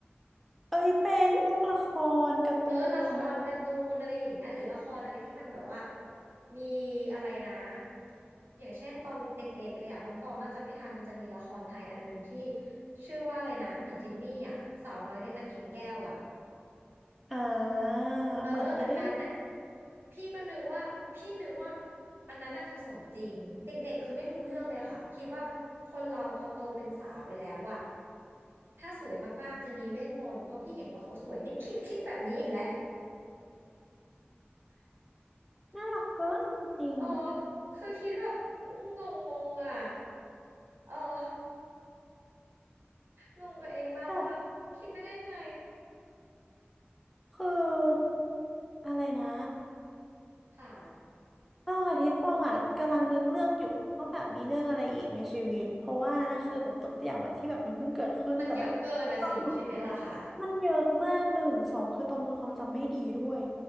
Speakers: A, in the centre; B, on the right.
A: เอ้ยเป็นพวกละครการ์ตูนอะไร
B: เออละครการ์ตูนอะไรอย่างเงี้ยหรือละครอะไรที่มันแบบว่ามีอะไรนะอย่างเช่นตอนเด็กๆเลยอะน้องตองน่าจะไม่ทันมันจะมีละครไทยอันหนึ่งที่ชื่อว่าอะไรนะเหมือนจินนี่อะสาวน้อยในตะเกียงแก้วอะ
A: อ่า
B: เออ
A: เหมือนเคยได้ยิน
B: อันนั้นน่ะพี่ก็นึกว่าพี่นึกว่าอันนั้นน่ะคือสมจริงเด็กๆคือไม่รู้เรื่องเลยค่ะคิดว่าคนเราพอโตเป็นสาวไปแล้วอะถ้าสวยมากๆจะมีเวทมนต์เพราะพี่เห็นว่าเขาสวยเนี่ยคิดคิดแบบนี้อีกแล้ว
A: น่ารักเกินจริง
B: เออคือคิดแบบงงๆอ่ะเอองงตัวเองมากว่าคิดไปได้ไง
A: ๆแบบคืออะไรนะ
B: ค่ะ
A: ต้องอาทิตย์ต้องอ่ะกำลังนึกเรื่องอยู่ว่าแบบมีเรื่องอะไรอีกในชีวิตเพราะว่านั่นนะคือแบบยกตัวอย่างแบบที่แบบมันเพิ่งเกิดขึ้นแต่แบบต้องอ่ะ
B: มันเยอะเกินนะสิใช่ไหมล่ะคะ
A: มันเยอะมากหนึ่งสองคือตองเป็นคนความจำไม่ดีด้วย